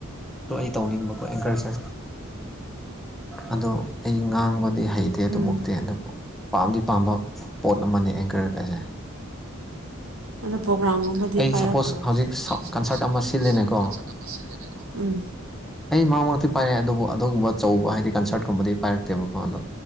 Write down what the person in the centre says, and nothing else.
ꯇꯣ ꯑꯩ ꯇꯧꯅꯤꯡꯕꯀꯣ ꯑꯦꯡꯀꯔꯁꯦ ꯑꯗꯣ ꯑꯩ ꯉꯥꯡꯕꯗꯤ ꯍꯩ ꯇꯦ ꯑꯗꯨꯃꯨꯛꯇꯤ
ꯑꯗꯨꯕꯨ ꯄꯥꯝꯗꯤ ꯄꯥꯝꯕ ꯄꯣꯠ ꯑꯃꯅꯦ ꯑꯦꯡꯀꯔꯒꯁꯦ
ꯑꯩ ꯁꯄꯣꯁ
ꯍꯧꯖꯤꯛ
ꯀꯟꯁꯔꯠ ꯑꯃ
ꯁꯤꯜꯂꯦꯅꯦꯀꯣ
ꯑꯩ ꯃꯥꯃ ꯇꯤ ꯄꯥꯏꯔꯛꯑꯦ ꯑꯗꯨꯕꯨ ꯑꯗꯨꯒꯨꯝꯕ ꯑꯆꯧꯕ ꯍꯥꯏꯗꯤ ꯀꯟꯁ꯭ꯔꯠꯀꯨꯝꯕꯗꯤ ꯄꯥꯏꯔꯛꯇꯦꯕꯀꯣ ꯑꯗꯣ